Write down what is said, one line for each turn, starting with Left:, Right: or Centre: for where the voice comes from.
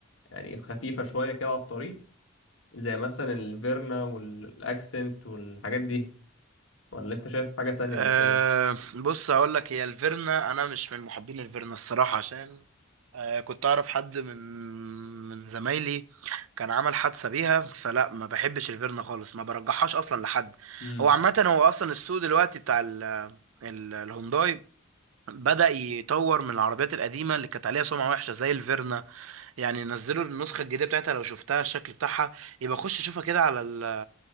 Left: يعني خفيفه شويه كده على الطريق زي مثلا الفيرنا والاكسنت والحاجات دي ولا انت شايف حاجه تانية
Right: أه
Left: غير كده
Right: بص هقول لك هي الفيرنا انا مش من محبين الفيرنا الصراحه عشان أه كنت اعرف حد من من زمايلي كان عمل حادثه بيها فلا ما بحبش الفيرنا خالص ما برجحهاش اصلا لحد
Left: امم
Right: هو عامه هو اصلا السوق دلوقتي بتاع ال ال الهونداي بدأ يطور من العربيات القديمه اللي كانت عليها سمعه وحشه زي الفيرنا يعني نزلوا النسخة الجديدة بتاعتها لو شفتها الشكل بتاعها يبقى خش شوفها كده على ال